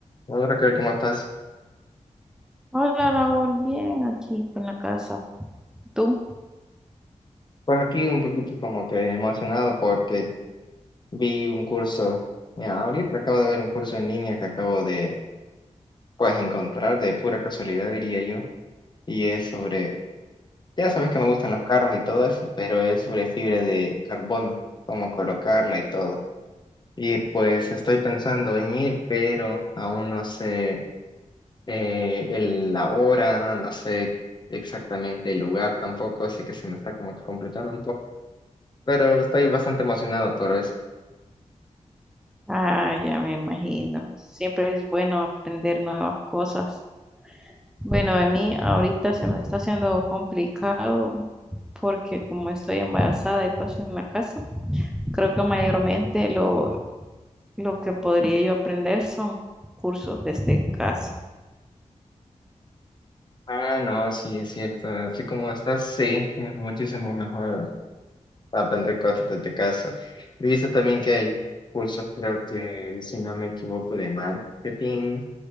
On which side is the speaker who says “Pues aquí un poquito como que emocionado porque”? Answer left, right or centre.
Left